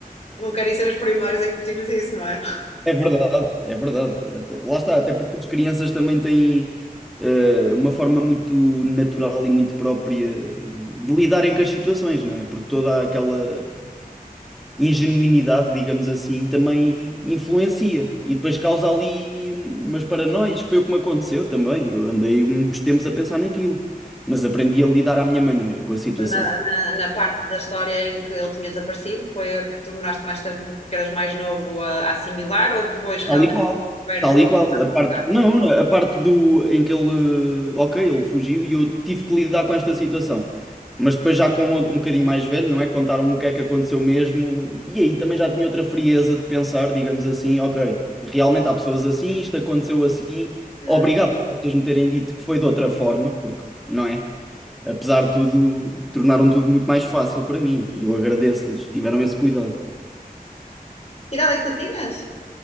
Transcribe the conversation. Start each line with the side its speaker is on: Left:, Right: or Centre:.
Left: não querem ser os primeiros a incutir-lhes isso, não é?
Centre: É verdade, é verdade. Até- lá está, até porque as crianças também têm eh, uma forma muito natural e muito própria de lidarem com as situações, não é? Porque toda aquela ingenuinidade, digamos assim, também influencia e depois causa ali umas paranoias, que foi o que me aconteceu também. Eu andei uns tempos a pensar naquilo, mas aprendi a lidar à minha maneira com a situação.
Left: na, na, na parte da história em que ele tinha desaparecido? Foi a que tu demoraste mais tempo porque eras mais novo a, a assimilar ou depois realmente
Centre: Tal e qual.
Left: descoberto
Centre: Tal
Left: a.
Centre: e
Left: Ah,
Centre: qual. A parte,
Left: Ok,
Centre: não, não, a parte do em que ele, ok, ele fugiu e eu tive que lidar com esta situação. Mas depois já com outro- um bocadinho mais velho, não é? Contaram-me o que é que aconteceu mesmo. E aí também já tinha outra frieza de pensar, digamos assim, ok, realmente há pessoas assim, isto aconteceu assim.
Left: Não.
Centre: Obrigado por vocês me terem dito que foi de outra forma, porque, não é? Apesar de tudo, tornaram tudo muito mais fácil para mim. E eu agradeço-lhes, tiveram esse cuidado.
Left: Que idade é que tu tinhas?